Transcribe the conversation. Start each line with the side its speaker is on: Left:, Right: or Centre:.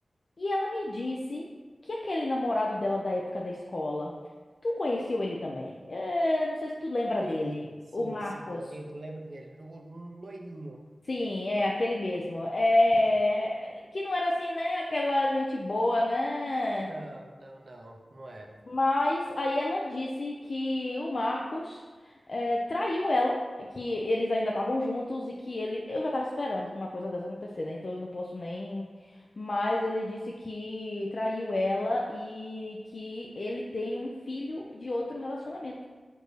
Left: e ela me disse que aquele namorado dela da época da escola, tu conheceu ele também? É, não sei se tu lembra dele,
Right: Sim, sim,
Left: o Marcos.
Right: sim, lembro, lembro dele. Um um loirinho.
Left: Sim, é aquele mesmo. É...
Right: ah,
Left: Que não era assim, né? Aquela gente boa, né?
Right: Não, não, não, não era.
Left: Mas aí ela disse que o Marcos é, traiu ela, que eles ainda estavam juntos e que ele. Eu já tava esperando uma coisa dessa acontecer, né? Então eu não posso nem. Mas ele disse que traiu ela e que ele tem um filho de outro relacionamento.